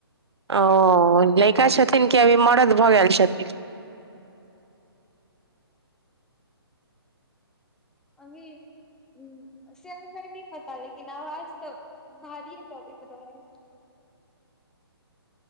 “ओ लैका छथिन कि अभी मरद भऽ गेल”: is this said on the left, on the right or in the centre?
Right